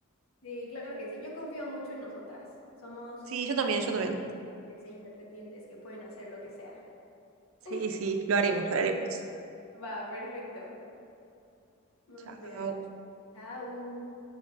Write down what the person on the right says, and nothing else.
Sí, yo también, yo también.
Sí,
sí, lo haremos, lo haremos.
Chao.